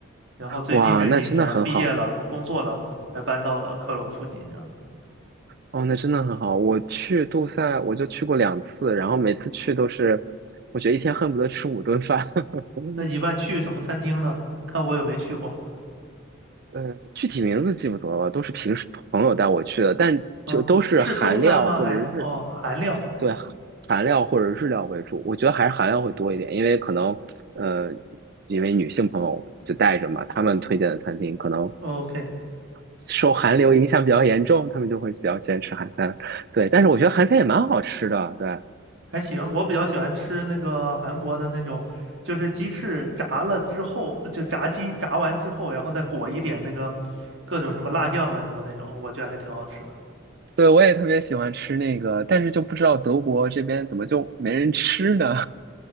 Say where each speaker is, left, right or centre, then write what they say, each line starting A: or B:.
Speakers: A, on the right; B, on the right.
A: 然后最近这几年毕业了，
B: 哇，那真的很好。
A: 工作了，才搬到了科隆附近这样。
B: 哦，那真的很好。我去杜塞，我就去过两次，然后每次去都是，我觉得一天恨不得吃五顿饭。<laughs>
A: 那你一般去什么餐厅呢？看我有没去过。
B: 呃，具体名字记不得了，都是平时朋友带我去的，但就都是韩料或者日，
A: 嗯，是中餐吗？还，哦，韩料。
B: 对，韩料或者日料为主。我觉得还是韩料会多一点，因为可能呃，因为女性朋友就带着嘛，他们推荐的餐厅可能
A: o k
B: 受韩流影响比较严重，他们就会比较喜欢吃韩餐。对，但是我觉得韩餐也蛮好吃的，对。
A: 还行，我比较喜欢吃那个韩国的那种，就是鸡翅炸了之后，就炸鸡炸完之后，然后再裹一点那个各种什么辣酱啊什么那种，我觉得还挺好吃的。
B: 对，我也特别喜欢吃那个，但是就不知道德国这边怎么就没人吃呢？